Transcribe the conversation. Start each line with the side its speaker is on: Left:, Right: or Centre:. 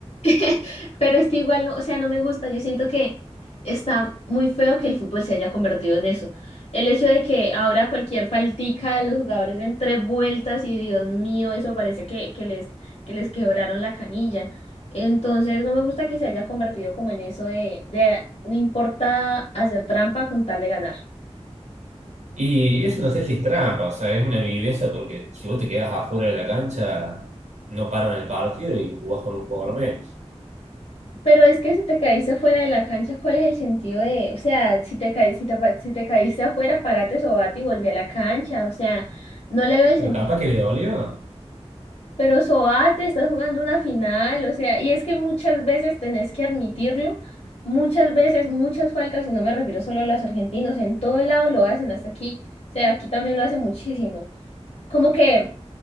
Left: <laughs> Pero es que igual no, o sea, no me gusta. Yo siento que está muy feo que el fútbol se haya convertido en eso. El hecho de que ahora cualquier faltica de los jugadores den tres vueltas y Dios mío, eso parece que, que les, que les quebraron la canilla. Entonces no me gusta que se haya convertido como en eso de, de no importa hacer trampa con tal de ganar.
Right: Y eso no sé si es trampa, o sea, es una viveza porque si vos te quedás afuera de la cancha, no paran el partido y jugás con un jugador menos.
Left: Pero es que si te caíste fuera de la cancha, ¿cuál es el sentido de, o sea, si te caí, si te, pa- si te caíste afuera, parate, sobate y volví a la cancha, o sea, no le veo el
Right: Pero
Left: sentido.
Right: capaz que le dolió.
Left: Pero sobate, estás jugando una final, o sea, y es que muchas veces tenés que admitirlo, muchas veces, muchas faltas, y no me refiero solo a los argentinos, en todo lado lo hacen hasta aquí, o sea, aquí también lo hacen muchísimo. Como que